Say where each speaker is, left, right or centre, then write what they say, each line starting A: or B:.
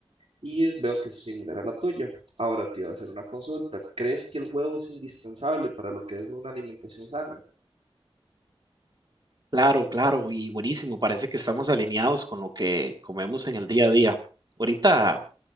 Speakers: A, on the right (about 80°); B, on the right (about 45°).
A: y veo que es similar a la tuya. Ahora te iba a hacer una consulta. ¿Crees que el huevo es indispensable para lo que es una alimentación sana?
B: Claro, claro, y buenísimo. Parece que estamos alineados con lo que comemos en el día a día. Ahorita